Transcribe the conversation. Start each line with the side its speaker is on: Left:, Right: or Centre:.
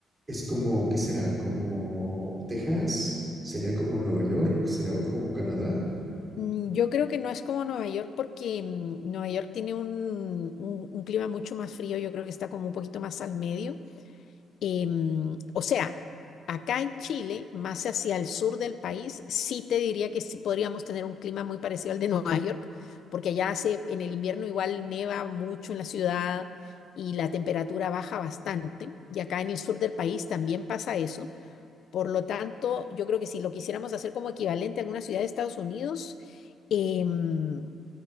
Right: es como, ¿qué será? Como Texas, sería como Nueva York, sería como Canadá.
Left: mm, yo creo que no es como Nueva York porque mm, Nueva York tiene un, un- un clima mucho más frío, yo creo que está como un poquito más al medio. Eh, mm, o sea, acá en Chile, más hacia el sur del país, sí te diría que sí podríamos tener un clima muy parecido al de Nueva York, porque allá hace, en el invierno igual neva mucho en la ciudad y la temperatura baja bastante, y acá en el sur del país también pasa eso Por lo tanto, yo creo que si lo quisiéramos hacer como equivalente a alguna ciudad de Estados Unidos, em,